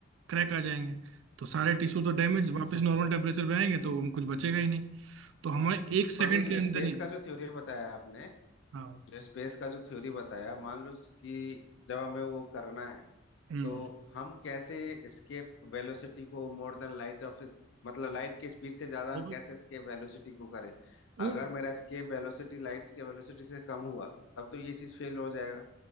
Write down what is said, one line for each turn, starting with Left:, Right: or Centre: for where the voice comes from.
Right: क्रैक आ जाएंगे तो सारे टिश्यू तो डैमेज
Left: अच्छा
Right: वापस नॉर्मल टेम्परेचर पे आएंगे तो उन- कुछ बचेगा ही नहीं तो हमें एक सेकंड
Left: पर ये जो
Right: के अंदर
Left: स्पेस
Right: ही
Left: का जो थ्योरी बताया आपने
Right: हाँ
Left: जो स्पेस का जो थ्योरी बताया मान लो कि जब हमें वो करना है
Right: हम्म
Left: तो हम कैसे एस्केप वेलोसिटी को मोर देन लाइट ऑफ मतलब लाइट की स्पीड से ज्यादा
Right: देखो
Left: हम कैसे एस्केप वेलोसिटी को करें
Right: न-
Left: अगर मेरा एस्केप वेलोसिटी लाइट के वेलोसिटी से कम हुआ तब तो ये चीज फेल हो जाएगा